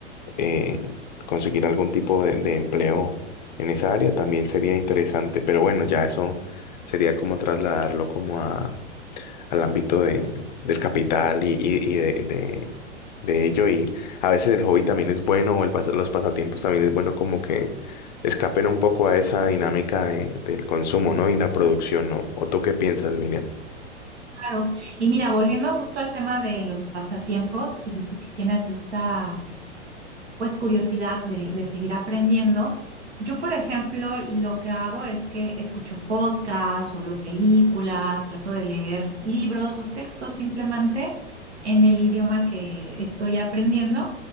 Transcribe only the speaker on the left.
eh, conseguir algún tipo de, de empleo en esa área también sería interesante. Pero bueno, ya eso sería como trasladarlo como a al ámbito de, del capital y, y, y de, de, de ello. Y a veces el hobby también es bueno, o el pas- los pasatiempos también es bueno como que escapen un poco a esa dinámica de, del consumo, ¿no? Y la producción, ¿no? ¿O tú qué piensas, Miriam?